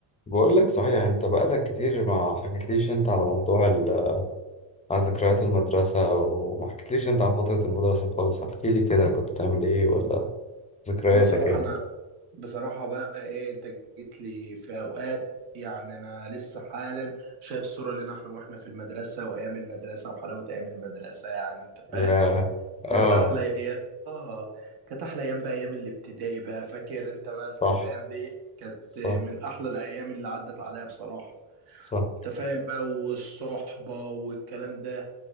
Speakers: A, on the left; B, on the right.
A: بقول لك صحيح انت بقالك كتير ما حكيتليش انت على موضوع ال- على ذكريات المدرسة وما حكيتليش انت عن فترة المدرسة خالص احكي لي كده كنت بتعمل ايه ولا ذكرياتك
B: بصراحة
A: يعني
B: أنا بصراحة بقى إيه أنت جيت لي في أوقات يعني أنا لسه حالا شايف صورة لنا إحنا وإحنا في المدرسة وأيام المدرسة وحلاوة أيام المدرسة يعني أنت فاهم
A: يا اه
B: كانت أحلى أيام آه كانت أحلى أيام بقى أيام الابتدائي بقى فاكر أنت بقى الك-
A: صح
B: الأيام دي كانت
A: صح
B: من أحلى الأيام اللي عدت عليا بصراحة
A: صح
B: أنت فاهم بقى والصحبة والكلام ده